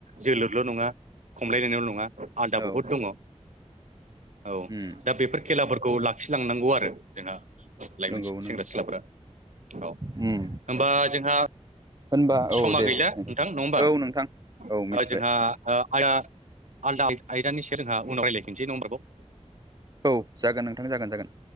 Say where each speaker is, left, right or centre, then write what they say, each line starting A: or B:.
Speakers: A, on the right (about 80°); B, on the right (about 35°).
A: जोलुरल' नङा खमलायलायनायल' नङा आलदा
B: औ
A: बहुद दङ। औ
B: उम
A: दा बेफोर खेलाफोरखौ लाखिलांनांगौ आरो जोंहा लाइमोन
B: नंगौ
A: सेंग्रा
B: नंगौ
A: सिख्लाफोरा औ
B: उम
A: होनबा जोंहा
B: होनबा
A: समा
B: औ दे
A: गैला नोंथां नङा होमबा
B: औ नोंथां औ मिथिबाय
A: जोंहा ओ आदा आलदा आयदानि सायाव जोंहा उनाव रायलायफिनसै नङा ओमबा‌ आरोबाव
B: औ जागोन नोंथां जागोन जागोन